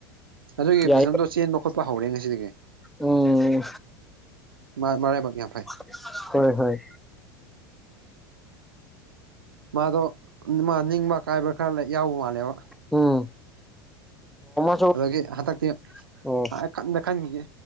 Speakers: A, on the right; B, in the centre.
A: ꯑꯗꯨꯒꯤ
B: ꯌꯥꯏ
A: ꯕꯤꯖꯟꯗꯣ ꯆꯦꯟꯕ ꯈꯣꯠꯄ ꯍꯧꯔꯦ ꯉꯁꯤꯗꯒꯤ꯫
B: ꯎꯝ
A: ꯃꯥ ꯃꯔꯥꯏꯕꯛ ꯌꯥꯝ ꯐꯩ꯫
B: <unintelligible> ꯍꯣꯏ ꯍꯣꯏ꯫
A: ꯃꯥꯗꯣ ꯃꯥ ꯅꯤꯡꯕ ꯀꯥꯏꯕ꯭ꯔꯥ ꯈꯔ ꯌꯥꯎꯕ ꯃꯥꯜꯂꯦꯕ
B: ꯎꯝ <unintelligible>
A: ꯑꯗꯨꯗꯒꯤ ꯍꯟꯗꯛꯇꯤ
B: ꯑꯣ
A: ꯈꯟꯗ ꯈꯟꯒꯤꯒꯦ